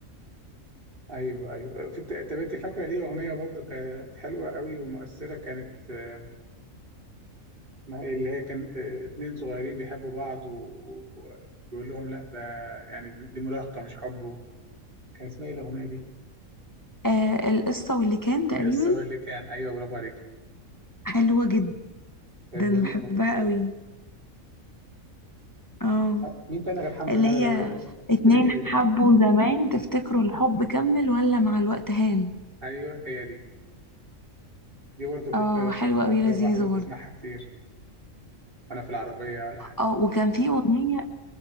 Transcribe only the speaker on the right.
ايوه ايوه في الت- طب انت فاكره ليه اغنيه برضو كانت حلوه قوي ومؤثره كانت آه، اسمها ايه اللي هي كان آه، اتنين صغيرين بيحبوا بعض و- و- ويقول لهم لا ده يعني دي مراهقه مش حب كان اسمها ايه الاغنيه دي؟
القصه واللي كان ايوه برافو عليك
كانت
جميله القصه
دي
طب مين تاني غير حمزه
نمره
آه،
قولي لي
ايوه هي دي دي برضو كنت
خدت فتره
بحضر
بسمعها كتير وانا في العربيه ولا حاجه